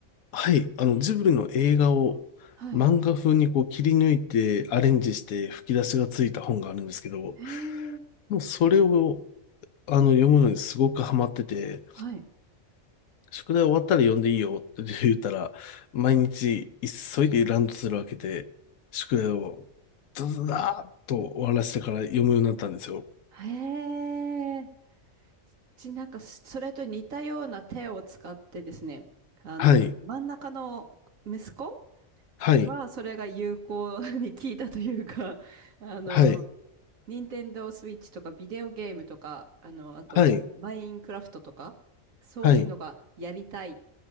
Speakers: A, on the left (about 85°); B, on the right (about 75°).
A: はい、あの、
B: えー
A: ジブリの映画を漫画風にこう切り抜いてアレンジして吹き出しがついた本があるんですけど、
B: はい。えー
A: もうそれをあの読むのにすごくハマってて、
B: はい。
A: 宿題終わったら読んでいいよって <laughs> 言ったら、毎日急いでランドセルを開けて、宿題をズズダーッと終わらせてから読むようになったんですよ。
B: へえ。ちなんか、それと似たような手を使ってですね、あの、
A: はい、
B: 真ん中の息子
A: はい、
B: は、それが有効に効いたというか、<laughs> あの、
A: はい、
B: ニンテンドースイッチとかビデオゲームとか、あの、あとはマインクラフトとか、
A: はい、
B: そういうのがやりたい。
A: はい、